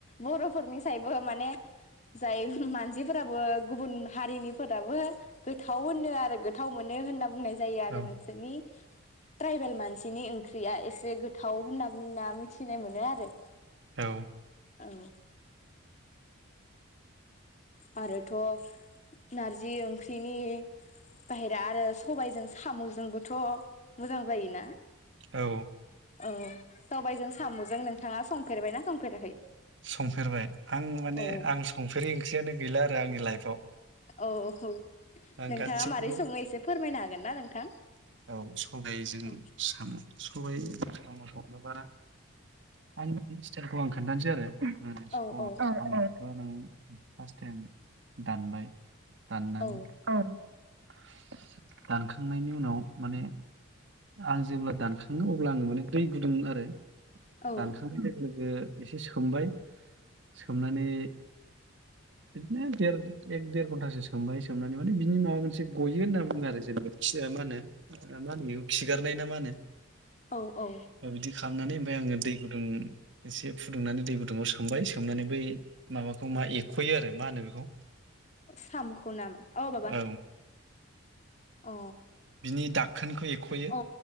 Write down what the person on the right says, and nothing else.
औ
औ।
औ।
संफेरबाय। आं माने
आं संफेरै ओंख्रियानो गैला आरो आंनि लाइफआव।
आं
गासिखौबो
औ, सबायजों
साम, सबायजों साम संनोबा <unintelligible> स्थाइलखौ आं खोन्थानोसै आरो। साम
ओं नों फार्स्ट टाइम दानबाय दाननानै
ओं <inaudible> दानखांनायनि उनाव माने आं जेब्ला दानखाङो अब्ला आङो माने दै गुदुं आरो
दानखांनाय लोगो लोगो एसे सोमबाय। सोमनानै बिदिनो देर एक देर घन्टासो सोमबाय सोमनानै माने बिनि माबा मोनसे गयो होनना बुङो आरो जेनेबा खिया मानो मा होनो बेखौ खिगारनाय ना मा होनो
बिदि खालामनानै ओमफाय आङो दै गुदुं एसे फुदुंनानै दै गुदुंङाव सोमबाय सोमनानै बै माबाखौ मा एखयो आरो मा होनो बेखौ
औ
बिनि दाख खोनखौ एखयो,